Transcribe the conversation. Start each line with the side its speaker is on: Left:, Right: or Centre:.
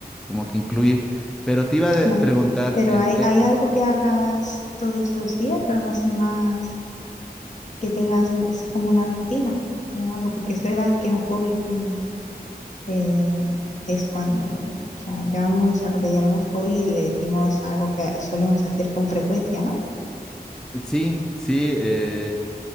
Centre: como que incluir. Pero te iba
Left: claro.
Centre: a preguntar,
Left: Pero
Centre: en,
Left: ¿hay,
Centre: e-
Left: hay algo que hagas todos los días? Algo así más que tengas así como una rutina o algo, porque es verdad que un hobby mm, eh, es cuando, o sea, llamamos a lo que llamamos hobby, le decimos algo que solemos hacer con frecuencia, ¿no?
Centre: Sí, sí, eh,